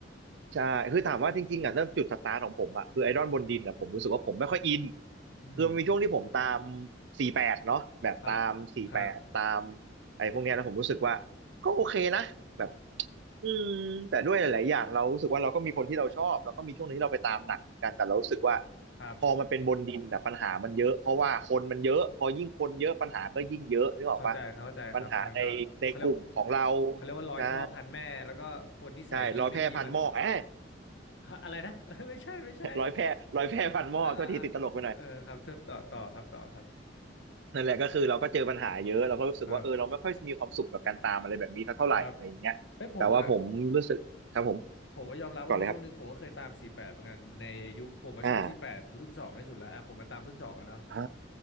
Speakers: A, on the right; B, on the left.
A: ใช่คือถามว่าจริงๆอ่ะเริ่มจุดสตาร์ทของผมอ่ะคือไอดอลบนดินอ่ะผมรู้สึกว่าผมไม่ค่อยอิน
B: อืม
A: คือมันมีช่วงที่ผมตามสี่แปดเนาะแบบตามสี่แปดตาม
B: ครับครับ
A: ไอ้พวกเนี้ยแล้วผมรู้สึกว่าก็โอเคนะแบบอืมแต่ด้วยหลายๆอย่างเรารู้สึกว่าเราก็มีคนที่เราชอบแล้วก็มีช่วงหนึงที่เราไปตามหนักเหมือนกันแต่เรารู้สึกว่า
B: ครับ
A: พอมันเป็นบนดินอ่ะปัญหามันเยอะเพราะว่าคนมันเยอะพอยิ่งคนเยอะปัญหาก็ยิ่งเยอะนึกออกปะ
B: เข้าใจเข้าใจครับมันก็เขาเรียก
A: ปัญหาในในกลุ่มของเรา
B: เขาเรียกว่าร้อยพ่อพันแม่แล้วก็คนนิสัยดีไม่ดีมัน
A: ใช่ ใช่ร้อยแพร่พันหม้อเอ้ย <laughs>
B: ฮะอะไรนะเอ้ย <laughs> ไม่ใช่ไม่ใช่
A: ร้อยแพร่ร้อยแพร่พันหม้อโทษทีติดตลกไปหน่อย
B: เอออ่าอ่าอ่าเออครับเทิบต่อต่อครับต่อครั
A: นั่นแหละก็คือเราก็เจอปัญหาเยอะเราก็รู้สึกว่าเออเราไม่ค่อยมีความสุขกับการตามอะไรแบบนี้สักเท่าไหร่อะไรอย่างเงี้ยแต่ว่าผมรู้สึกครับผม
B: บ ครับเอ้ยผมอะผมก็ยอมรับว่ามีช่วงหนึ่งผมก็เคยตามสี่สิบแปดเหมือนกันในยุคผมมาชอบสี่สิบแปดรุ่นสองที่สุดแล้วอ่ะผมมาตามรุ่นสองอะเนาะ
A: ก่อนเลยครับอ่าอ่า